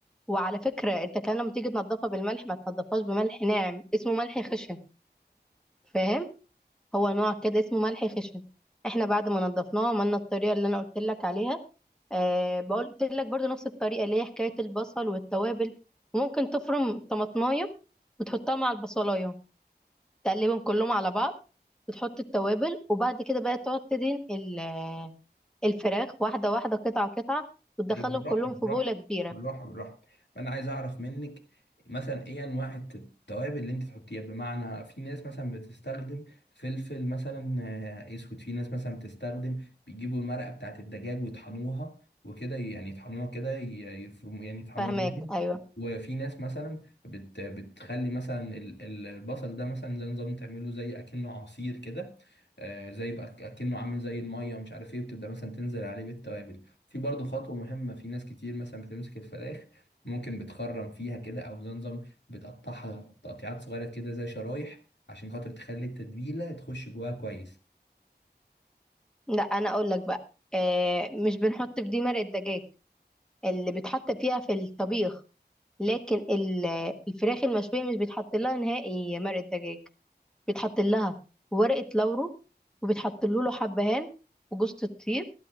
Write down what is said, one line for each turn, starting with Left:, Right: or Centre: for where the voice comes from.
Centre: وعلى فكرة انت كان لما تيجي تنضفها بالملح ما تنضفهاش بملح ناعم اسمه ملح خشن فاهم هو نوع كده اسمه ملح خشن احنا بعد ما نضفناها عملنا الطريقة اللي انا قلت لك عليها أه قلت لك برضو نفس الطريقة اللي هي حكاية البصل والتوابل وممكن تفرم طماطماية وتحطها مع البصلاية تقلبهم كلهم على بعض وتحط التوابل وبعد كده بقى تقعد تدهن ال- آه، الفراخ واحدة واحدة قطعة قطعة وتدخلهم
Left: طيب بالراحة
Centre: كلهم
Left: بالراحة
Centre: في بولة كبيرة
Left: بالراحة بالراحة فأنا عايز أعرف منك مثلا إيه أنواع الت- التوابل اللي أنت تحطيها بمعنى في ناس مثلا بتستخدم فلفل مثلا آه، أسود في ناس مثلا بتستخدم بيجيبوا المرقة بتاعة الدجاج ويطحنوها وكده يعني يطحنوها كده ي- يفرموا يعني يطحنوها
Centre: فاهماك
Left: جامد
Centre: أيوة
Left: وفي ناس مثلا بت بتخلي مثلا ال- ال- البصل ده مثلا زي نظام تعمله زي اكنه عصير كده آه، زي يبقى اكنه عامل زي الميه ومش عارف ايه بتبدا مثلا تنزل عليه بالتوابل في برضه خطوة مهمة في ناس كتير مثلا بتمسك الفراخ ممكن بتخرم فيها كده أو زمزم بتقطعها تقطيعات صغيرة كده زي شرايح عشان خاطر تخلي التتبيلة تخش جواها كويس
Centre: لا أنا أقول لك بقى أه مش بنحط في دي مرق الدجاج اللي بتحط فيها في الطبيخ لكن ال- آه، الفراخ المشوية مش بيتحط لها نهائي مرق الدجاج بيتحط لها ورقة لورو وبيتحط له حبهان وجوزة الطيب